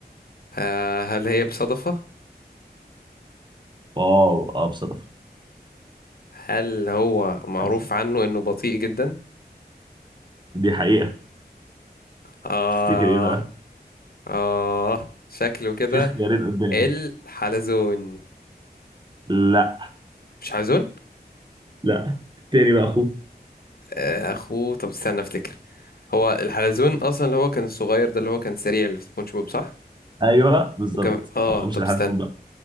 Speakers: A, on the left; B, on the right.
A: آه هل هي بصدفة
B: واو أه بصدفة
A: هل هو معروف
B: للأسف.
A: عنه انه بطيء جدا
B: دي حقيقة
A: اه
B: تفتكر إيه بقى
A: اه شكله كده
B: في اختيارين قدامك
A: الحلزون
B: لا
A: مش حلزون
B: لا التاني بقى أخوه
A: آه اخوه طب استنى افتكر هو الحلزون اصلا اللي هو كان الصغير ده اللي هو كان سريع اللي في سبونج بوب صح
B: أيوه بالظبط
A: وكان اه
B: أه
A: طب
B: مش لحد
A: استنى
B: بقى